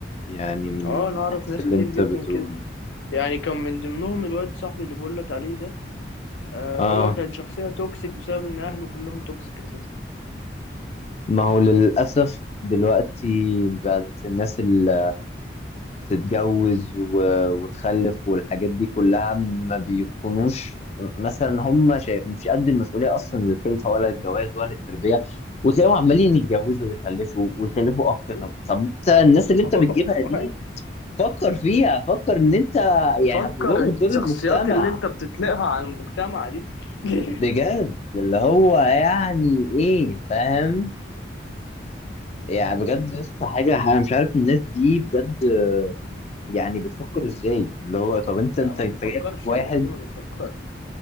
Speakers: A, on the left; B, on the left.
A: يعني من
B: اه انا اعرف
A: حيث
B: ناس
A: اللي
B: كتير
A: انت
B: جدا
A: بتقوله
B: كده يعني كان من ضمنهم الواد صاحبي اللي بقول لك عليه ده آه
A: اه
B: هو كان شخصية توكسيك بسبب ان اهله كلهم توكسيك اساسا
A: ما هو للأسف دلوقتي بقت الناس اللي تتجوز و- وتخلف والحاجات دي كلها ما بيكونوش مثلا هم شا- مش قد المسؤولية أصلا للخلفة ولا الجواز ولا التربية وتلاقيهم عمالين
B: مم.
A: يتجوزوا ويخلفوا ويخلفوا أكتر
B: مم.
A: طب طب أنت الناس اللي
B: <laughs>
A: أنت بتجيبها دي فكر فيها فكر إن أنت يعني
B: فكر
A: هتضرهم وتضر
B: الشخصيات
A: المجتمع
B: اللي انت بتطلقها على المجتمع دي <laughs>
A: بجد اللي هو يعني إيه فاهم يعني بجد يا اسطى حاجة أنا مش عارف الناس دي بجد يعني بتفكر إزاي اللي هو طب أنت
B: لا
A: أنت
B: ما
A: أنت
B: بتفكرش
A: جايب واحد
B: الناس دي ما بتفكرش